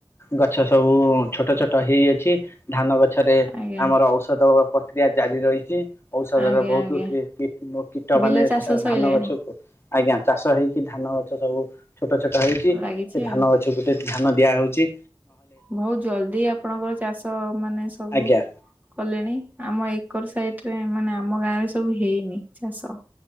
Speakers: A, on the left; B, on the right.
A: ଗଛ ସବୁ ଛୋଟ ଛୋଟ ହେଇଅଛି। ଧାନ ଗଛରେ
B: ଆଜ୍ଞା
A: ଆମର ଔଷଧ ପ୍ରକ୍ରିୟା ଜାରି ରହିଛି। ଔଷଧ
B: ଆଜ୍ଞା
A: ର ବହୁତ
B: ଆଜ୍ଞା
A: କି କୀଟ
B: ବିଲ
A: ମାନେ
B: ଚାଷ ସଇଲାଣି
A: ଧାନ ଗଛ କୁ ଆଜ୍ଞା ଚାଷ ହେଇକି ଧାନ ଗଛ ସବୁ ଛୋଟ ଛୋଟ ହେଇ
B: ଲାଗିଛି
A: ସେ ଧାନ
B: ଆଉ
A: ଗଛକୁ ଗୋଟେ ଧ୍ୟାନ ଦିଆ ହଉଚି।
B: ବହୁତ ଜଲଦି ଆପଣଙ୍କର ଚାଷ ମାନେ ସବୁ
A: ଆଜ୍ଞା
B: କଲେଣି ଆମ ଏକର ସାଇଟ ରେ ମାନେ ଆମ ଗାଁ ରେ ସବୁ ହେଇନି ଚାଷ।